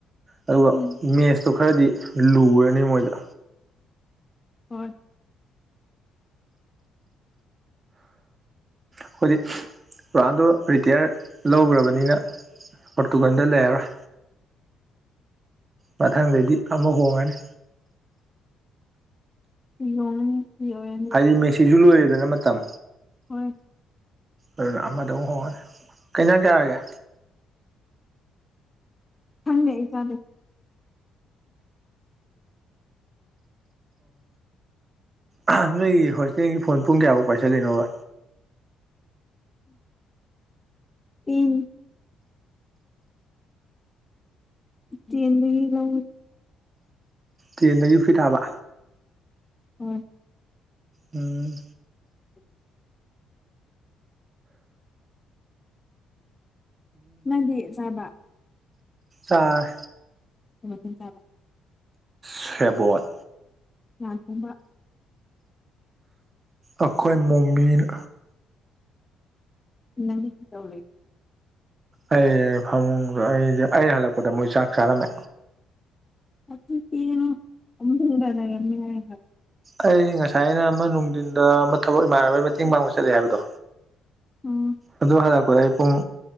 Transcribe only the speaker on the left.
ꯎꯝ
ꯍꯣꯏ
ꯌꯨꯝꯅꯤ ꯃꯤꯑꯣꯢꯔꯅꯤ
ꯍꯣꯏ
ꯊꯪꯗꯦ ꯑꯩ ꯆꯥꯗꯦ
ꯢꯝ ꯇꯦꯟꯗꯒꯤ ꯂꯧꯋꯤ
ꯎꯝ
<inaudible> ꯅꯪꯗꯤ ꯆꯥꯔꯕ
<unintelligible>
ꯂꯥꯟ ꯇꯝꯕ
ꯅꯪꯗꯤ ꯀꯧꯗꯧꯔꯤꯕ
ꯅꯆꯤꯟ ꯊꯤꯒꯅꯨ ꯐꯃꯨꯡꯗ ꯂꯩꯔꯝꯅꯤ ꯍꯥꯏꯔꯒ
ꯎꯝ